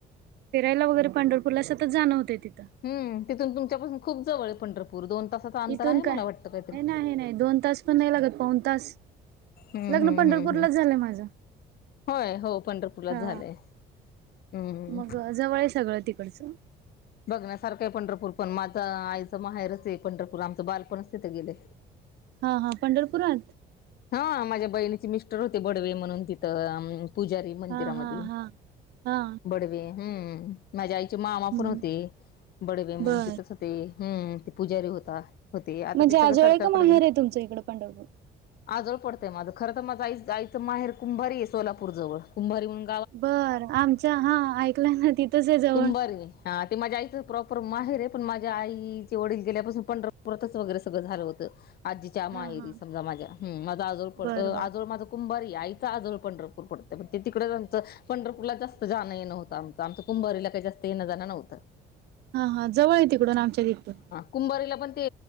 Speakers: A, on the right (about 75°); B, on the left (about 65°).
A: फिरायला वगैरे पंढरपूरला सतत जाणं होतेय तथं.
B: हम् तिथून तुमच्यापासून खूप जवळ आहे पंढरपूर दोन तासाचा अंतर
A: इथून
B: आहे
A: काय
B: मला वाटतं काहीतरी
A: हे नाही दोन तास पण नाही लागत पाऊन तास
B: हम्म
A: लग्न
B: हम्म
A: पंढरपूरलाच
B: हम्म हम्म
A: झालंय माझं.
B: होय हो पंढरपूरच
A: हा
B: झालंय. हम्म
A: मग जवळ आहे सगळं तिकडचं.
B: बघण्यासारखं आहे पंढरपूर पण माझं आईचं माहेरच आहे पंढरपूर आमचं बालपणच तिथे गेलेय.
A: <unintelligible> पंढरपुरात
B: हा माझ्या बहिणीचे मिस्टर होते बडवे म्हणून तिथं एम. पुजारी मंदिरामध्ये
A: हा हा हा हा
B: बडवे हम्म माझ्या आईचे मामा
A: हम्म
B: पण हो ते बडे म्हणून
A: बर
B: तिथत होते हम्म ते पूजारी होता. होते आता
A: म्हणजे
B: ते सगळं
A: आजोळ
B: सरकारकडे
A: आहे का माहेर
B: गेले
A: आहे तुमचं इकडं पंढरपूर
B: आजोल पडतंय माझं खरं तर माझ आईचं माहेर कुंभारी आहे सोलापूर जवळ कुभारी म्हणू
A: बर आमच्या हा ऐकला ना तिथंच आहे जवळ.
B: कुंभारी हा ते माझ्या आईचं प्रॉपर माहेर आहे पण माझ्या आईचे वडील गेल्यापासून पंढरपुरातच वगैरे सगळं झालं होतं. आजीच्या माहेरी
A: हा हा
B: समजा माझ्या माझा आजोळ पडतं
A: बर बर
B: आजळ माझ कुंभारी आईचा आजोळ पंढरपूर पडतग ते तिकडेच आमं पंढरपूरला जास्त जाणं होत आमच. आमचं कुंभारीला काही जास्त येन-जान नवतं.
A: हा हा जवळ ये तिकडून आमच्या तिथून.
B: कुंबारीला पण ते